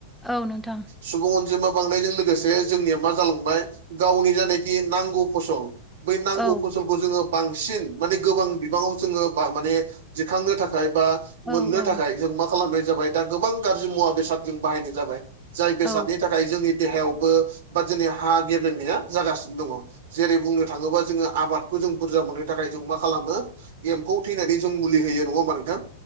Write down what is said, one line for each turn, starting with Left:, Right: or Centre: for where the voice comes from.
Centre: औ नोंथां।
Right: सुबुं अनजिमा बांनायजों लोगोसे जोंनिया मा जालांबाय गावनि जानाखि नांगौ फसल बै नांगौ
Centre: औ
Right: फसलखौ जोङो बांसिन माने गोबां बिबाङाव जोङो माने दिखांनो थाखाय बा
Centre: नोंथां
Right: मोननो
Centre: औ नोंथां औ औ औ
Right: थाखाय जों मा खालामनाय जाबाय दा गोबां गाज्रि मुवा बेसाद जों बाहायनाय जाबाय जाय बेसादनि
Centre: औ
Right: थाखाय थाखाय जोंनि देहायावबो बा जोंनि हा गेबेंनाया जागासिनो दङ। जेरै बुंनो थाङोबा जोङो आबादखौ जों बुरजा मोननो थाखाय जों मा खालामो एम्फौ थैनायनि जों मुलि होयो नङा होनबा नोंथां।